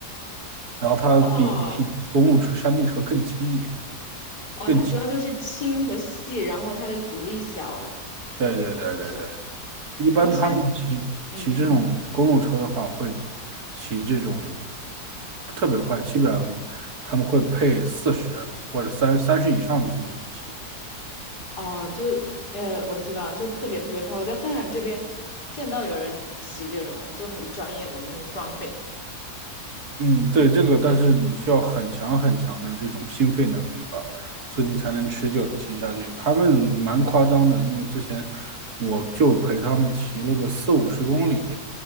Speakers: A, on the right; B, on the left.
A: 然后它比起公路车、
B: 哦
A: 山地车更轻一点，
B: 哦，
A: 更轻。
B: 它主要就是轻和细，然后它的阻力小，
A: 对对对对对，
B: 是不是？
A: 一般他们骑骑这种公路车的话，
B: 然后山，嗯。
A: 会骑这种特别快，基本上他们会配四十或者三三十以上的速度去骑。
B: 哦，就呃，我知道，就特别特别快。我在饭馆这边见到有人骑这种就很专业的那种装备，
A: 嗯，对，这个，但是你需要很强很强的这种心肺能力吧，
B: 嗯
A: 所以你才能持久的骑下去。他们蛮夸张的，因为之前我就陪他们骑了个四五十公里，